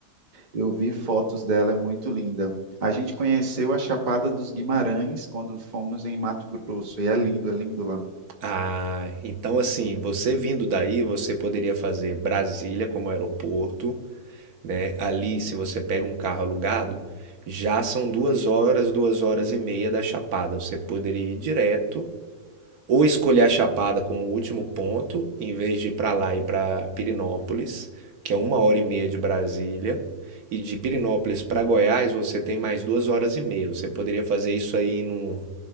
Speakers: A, on the right; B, on the right.
A: Eu vi fotos dela, é muito linda. A gente conheceu a Chapada dos Guimarães quando fomos em Mato Grosso, e é lindo, é lindo lá.
B: Ah, então assim, você vindo daí, você poderia fazer Brasília como aeroporto, né? Ali, se você pega um carro alugado, já são duas horas, duas horas e meia da Chapada. Você poderia ir direto, ou escolher a Chapada como último ponto, em vez de ir para lá e para Pirinópolis, que é uma hora e meia de Brasília. E de Pirinópolis para Goiás, você tem mais duas horas e meia. Você poderia fazer isso aí num,